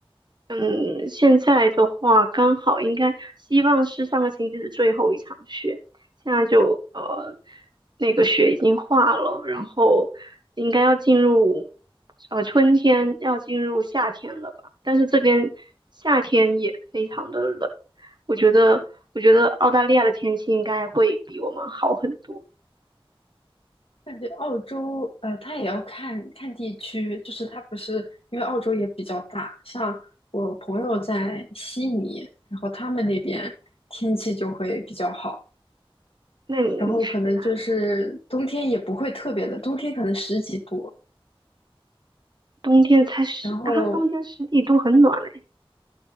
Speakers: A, on the right; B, on the left.
A: 嗯，现在的话刚好应该希望是上个星期的最后一场雪，现在就呃那个雪已经化了，然后应该要进入呃春天，要进入夏天了吧？但是这边夏天也非常的冷，我觉得我觉得澳大利亚的天气应该会比我们好很多。
B: 感觉澳洲，呃，它也要看看地区，就是它不是因为澳洲也比较大，像我朋友在悉尼，然后他们那边天气就会比较好。
A: 那你你是在哪里呀？
B: 然后可能就是冬天也不会特别冷，冬天可能十几度，
A: 冬天才十啊，
B: 然后
A: 冬天十几度很暖嘞。